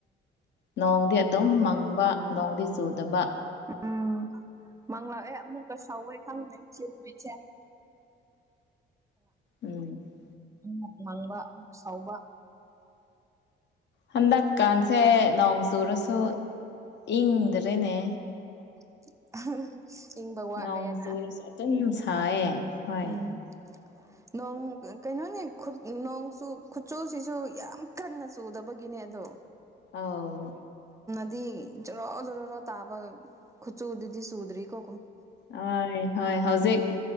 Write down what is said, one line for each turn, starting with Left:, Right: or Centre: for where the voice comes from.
Left: ꯅꯣꯡꯗꯤ ꯑꯗꯨꯝ ꯃꯪꯕ ꯅꯣꯡꯗꯤ ꯆꯨꯗꯕ
Right: ꯎꯝ ꯃꯥꯡꯂꯛꯑꯦ ꯑꯃꯨꯛꯀ ꯁꯥꯎꯋꯦ ꯈꯪꯗ ꯏꯆꯦ ꯅꯨꯃꯤꯠꯁꯦ
Left: ꯎꯝ
Right: ꯅꯣꯡ ꯃꯪꯕ ꯑꯃꯨꯛ ꯁꯥꯎꯕ
Left: ꯍꯟꯗꯛꯀꯥꯟꯁꯦ ꯅꯣꯡ ꯆꯨꯔꯁꯨ ꯏꯪꯗ꯭ꯔꯦꯅꯦ
Right: <inaudible> ꯋꯥꯠꯂꯦꯅ
Left: ꯅꯣꯡ ꯆꯨꯔꯁꯨ ꯑꯗꯨꯝ ꯁꯥꯏꯌꯦ ꯍꯣꯏ
Right: ꯎꯝ
Left: <inaudible>
Right: ꯅꯣꯡ ꯀꯩꯅꯣꯅꯦ ꯅꯣꯡꯆ ꯈꯨꯠꯁꯨꯨꯁꯤꯁꯨ ꯌꯥꯝ ꯀꯟꯅ ꯆꯨꯗꯕꯒꯤꯅꯦ ꯑꯗꯣ
Left: ꯑꯥꯎ
Right: ꯗꯤ ꯖꯣꯔꯣ ꯖꯣꯔꯣꯔꯣ ꯇꯥꯕꯒ ꯈꯨꯠꯆꯨꯗꯗꯤ ꯁꯨꯗ꯭ꯔꯤ ꯀꯣ
Left: ꯍꯣꯏ ꯍꯣꯏ ꯍꯧꯖꯤꯛ